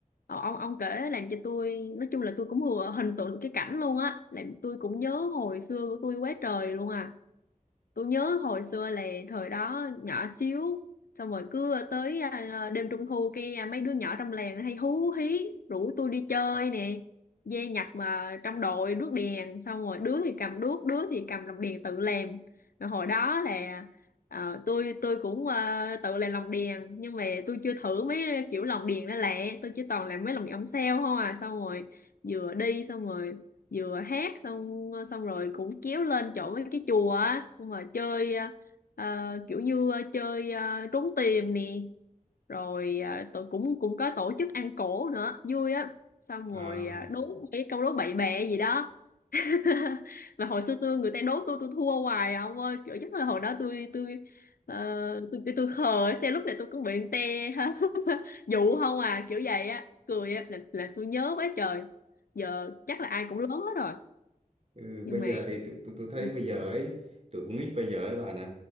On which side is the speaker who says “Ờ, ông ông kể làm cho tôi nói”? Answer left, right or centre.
Left